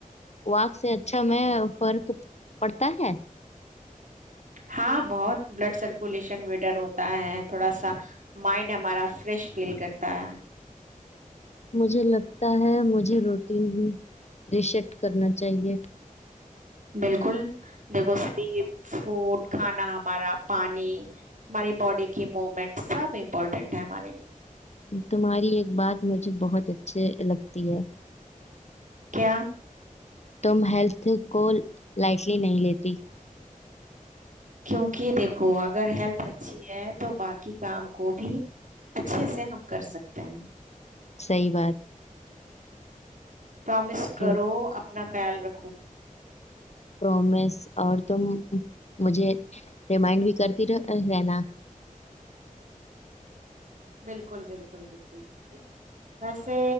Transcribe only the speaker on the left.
وق سے اچھا میں فرق پڑتا ہے
مجھے لگتا ہے مجھے روٹین رشٹ کرنا چاہیے
تمہاری ایک بات مجھے بہت اچھے لگتی ہے
تم ہیلتھ کو لائٹلی نہیں لیتی
صحی بات
ٹرو
پرومس اور تم مجھے ریمائنڈ بھی کرتی رہنا